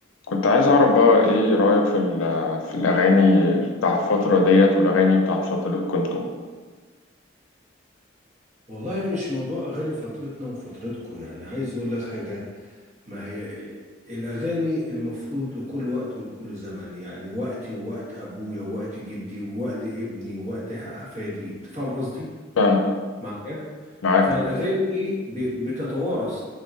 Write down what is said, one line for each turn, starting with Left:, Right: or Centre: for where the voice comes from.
Left: كنت عايز أعرف بقى إيه رأيك في ال- في الأغاني بتاعت الفترة ديت والأغاني بتاعت فترة كنتو
Right: والله مش موضوع أغاني فترتنا وفترتكو يعني عايز أقول لك حاجة ما هي الأغاني المفروض لكل وقت ولكل زمن يعني وقتي ووقت أبويا ووقت جدي ووقت ابني ووقت أحفادي أنت فاهم قصدي
Left: فاهم
Right: معايا
Left: معاك
Right: فالأغاني دي ب- بتتوارث